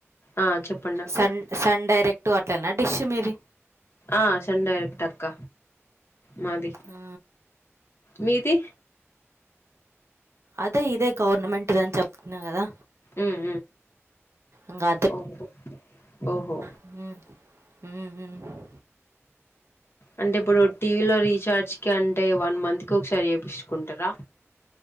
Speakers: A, on the left (about 55°); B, on the right (about 65°).
A: ఆ చెప్పండక్క
B: సన్ సన్ డైరెక్టు అట్లనా డిష్ మీది
A: ఆ సన్ డైరెక్ట్ ఏ అక్క మాది
B: ఆ
A: మీది
B: అదే ఇదే గవర్నమెంట్దని చెప్తున్నా కదా
A: ఊమ్
B: ఇంకా
A: ఊమ్ ఓహో ఓహో
B: ఉ ఊ ఊ
A: అంటే ఇప్పుడు టీవీ లో రీచార్జ్ కి అంటే వన్ మంత్ కి ఒకసారి జేపిచుకుంటరా